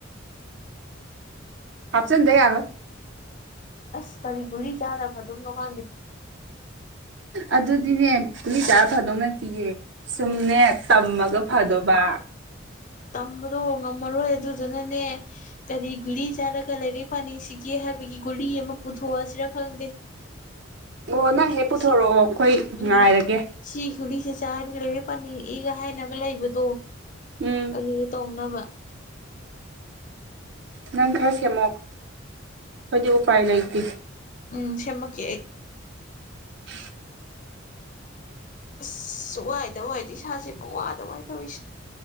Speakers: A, on the right; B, on the left.
A: ꯍꯥꯞꯆꯤꯟꯗ ꯌꯥꯔꯣꯏ
B: ꯑꯁ ꯀꯔꯤ ꯒꯨꯂꯤ ꯆꯥꯔ ꯐꯗꯨꯝꯅꯣ ꯈꯪꯗꯦ
A: ꯑꯗꯨꯗꯤꯅꯦ ꯒꯨꯂꯤꯁ ꯆꯥꯔ ꯐꯥꯗꯧ ꯅꯠꯇꯤꯌꯦ ꯁꯨꯝꯅꯦ ꯇꯝꯃꯒ ꯐꯗꯧꯕ
B: ꯇꯝꯕꯗꯣ ꯉꯝꯃꯔꯣꯏ ꯑꯗꯨꯗꯨꯅꯅꯦ ꯀꯔꯤ ꯒꯨꯂꯤ ꯆꯥꯔꯒ ꯂꯥꯏꯔꯤꯛ ꯄꯥꯅꯤꯡꯁꯤꯒꯦ ꯍꯥꯏꯕꯒꯤ ꯒꯨꯂꯤ ꯑꯃ ꯄꯨꯊꯣꯛ ꯑꯁꯤꯔꯥ ꯈꯪꯗꯦ
A: ꯑꯣ ꯅꯪꯍꯦꯛ ꯄꯨꯊꯣꯔꯛꯑꯣ
B: ꯁꯤ
A: ꯑꯩꯈꯣꯏ
B: ꯎꯝ
A: ꯉꯥꯏꯔꯒꯦ
B: ꯁꯤ ꯒꯨꯂꯤꯁꯦ ꯆꯥꯔꯗꯤ ꯂꯥꯏꯔꯤꯛ ꯄꯥꯅꯤꯡꯉꯛꯏꯀ ꯍꯥꯏꯅꯕ ꯂꯩꯕꯗꯣ
A: ꯎꯝ
B: ꯑꯗꯨꯗ ꯇꯧꯅꯕ
A: ꯅꯪ ꯈꯔ ꯁꯦꯝꯃꯛꯑꯣ ꯑꯈꯣꯏꯗꯤ ꯎꯄꯥꯏ ꯂꯩꯇꯦ
B: ꯎꯝ ꯁꯦꯝꯃꯛꯀꯦ ꯑꯩ
A: <unintelligible>
B: ꯑꯁꯨ ꯋꯥꯏꯗ ꯋꯥꯏꯗ ꯏꯁꯥꯁꯦ ꯄꯨꯡꯋꯥꯗ ꯋꯥꯏ ꯇꯧꯋꯤꯁꯦ